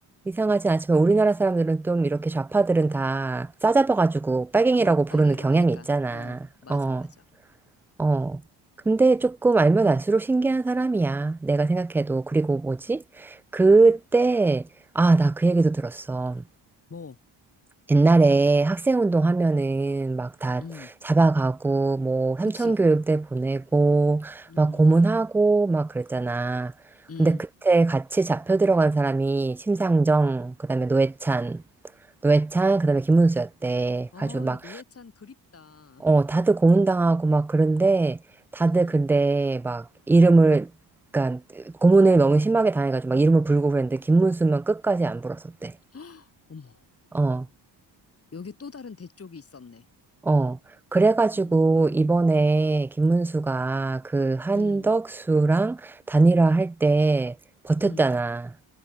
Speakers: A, in the centre; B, on the left (about 30°).
A: 이상하진 않지만 우리나라 사람들은 좀 이렇게 좌파들은 다 싸잡아가지고 빨갱이라고
B: 어, 빨갱이라고
A: 부르는 경향이
B: 하니까.
A: 있잖아.
B: 응 맞아,
A: 어,
B: 맞아.
A: 어. 근데 조금 알면
B: 응
A: 알수록 신기한 사람이야. 내가 생각해도. 그리고 뭐지? 그때 아, 나 그 얘기도 들었어.
B: 뭐,
A: 옛날에 학생 운동하면은 막 다
B: 응
A: 잡아가고 뭐
B: 그치.
A: 삼천교육대 보내고
B: 응
A: 막 고문하고 막 그랬잖아.
B: 응
A: 근데 그때 같이 잡혀 들어간 사람이 심상정, 그다음에 노회찬, 노회찬, 그다음에 김문수였대.
B: 어,
A: 가지고 막
B: 야, 노회찬 그립다.
A: 어 다들 고문당하고 막 그런데 다들
B: 응
A: 근데 막 이름을 그러니까 고문을 너무 심하게 당해가지고 막 이름을 불고 그랬는데 김문수만 끝까지 안 불었었대.
B: <gasps> 어머,
A: 어.
B: 여기 또 다른 대쪽이 있었네.
A: 어, 그래가지고
B: 음,
A: 이번에 김문수가 그 한덕수랑
B: 음,
A: 단일화 할 때 버텼잖아.
B: 음,